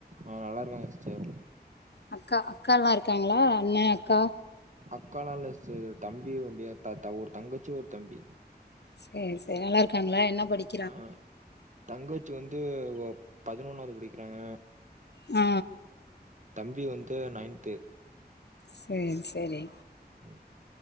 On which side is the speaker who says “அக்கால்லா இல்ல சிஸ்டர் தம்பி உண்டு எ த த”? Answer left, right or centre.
Right